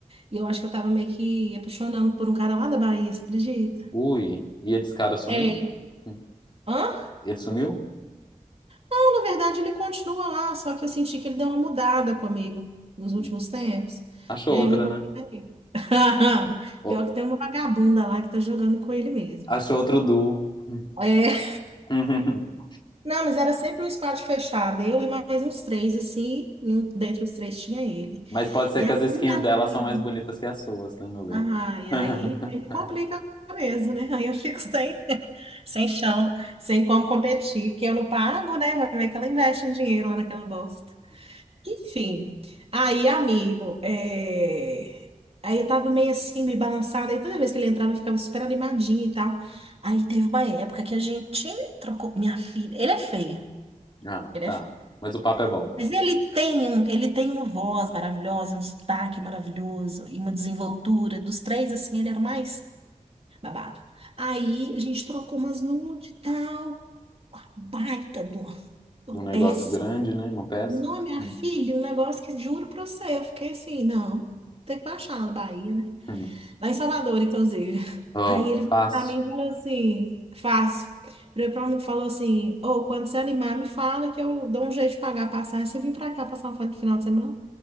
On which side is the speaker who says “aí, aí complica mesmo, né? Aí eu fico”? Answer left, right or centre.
Right